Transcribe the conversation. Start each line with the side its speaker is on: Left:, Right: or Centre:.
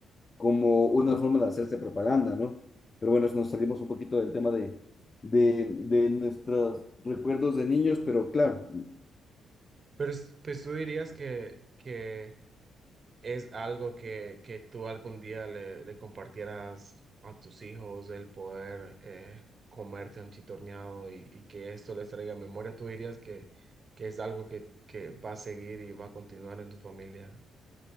Left: como una forma de hacerse propaganda, ¿no? Pero bueno, nos salimos un poquito del tema de, de, de nuestros recuerdos de niños, pero claro,
Right: Pero es- pues tú dirías que, que es algo que, que tú algún día le, le compartieras a tus hijos, el poder eh, comerte un chitorneado y, y que esto les traiga memoria, ¿tú dirías que, que es algo que, que va a seguir y va a continuar en tu familia?